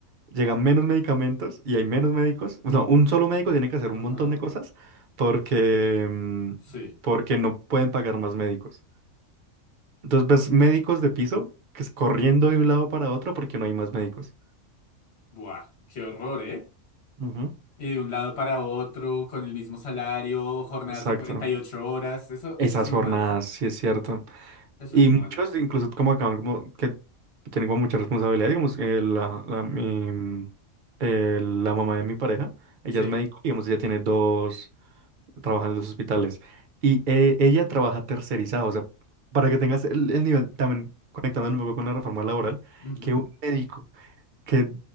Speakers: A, on the right; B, on the left.
A: llegan menos medicamentos y hay menos médicos. No, un solo médico tiene que hacer
B: Ajá,
A: un montón de cosas porque, mm,
B: sí.
A: porque no pueden pagar más médicos. Entonces ves médicos de piso que es corriendo de un lado para otro porque no hay más médicos.
B: Buah, qué horror, ¿eh?
A: Ujú.
B: Y de un lado para otro, con el mismo salario, jornadas
A: Exacto.
B: de cuarenta y ocho horas. Eso,
A: Esas
B: eso es inhumano.
A: jornadas, sí es cierto.
B: Eso
A: Y
B: es inhumano.
A: muchos, incluso como acaban como que tienen como mucha responsabilidad, digamos, eh, la, la, mi- eh, la mamá de mi pareja, ella
B: Sí.
A: es médico, digamos, ella tiene dos, trabaja en dos hospitales y eh, ella trabaja tercerizado, o sea, para que tengas el, el nivel, también conectando un poco con la reforma laboral,
B: ujú,
A: que un médico que